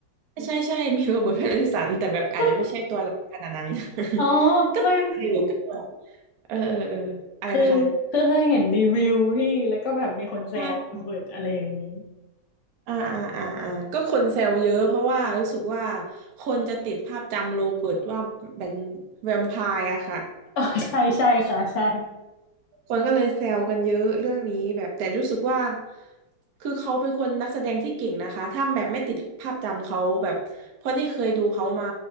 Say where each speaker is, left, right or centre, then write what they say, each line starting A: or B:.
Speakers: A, on the right (about 60°); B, on the left (about 80°).
A: ใช่ใช่ใช่มีโรเบิร์ตแพตตินสันแต่แบบอาจจะไม่ใช่ตัวหลักขนาดนั้น
B: <laughs> อ๋อ
A: <laughs> ก็ติดอยู่ก็แบบ
B: ไม่
A: เออเออเอออะไรนะคะ
B: คือคือเคยเห็นรีวิวพี่แล้วก็แบบมีคนแซวโรเบิร์ตอะไรอย่างนี้
A: อ่าอ่าอ่าอ่าก็คนแซวเยอะเพราะว่ารู้สึกว่าคนจะติดภาพจำโรเบิร์ตว่าเป็นแวมไพร์อะค่ะ
B: <laughs> อ๋อใช่ใช่ค่ะใช่
A: คนก็เลยแซวกันเยอะเรื่องนี้แบบแต่รู้สึกว่าคือเขาเป็นคนนักแสดงที่เก่งนะคะถ้าแบบไม่ติดภาพจำเขาแบบเพราะนี่เคยดูเขามา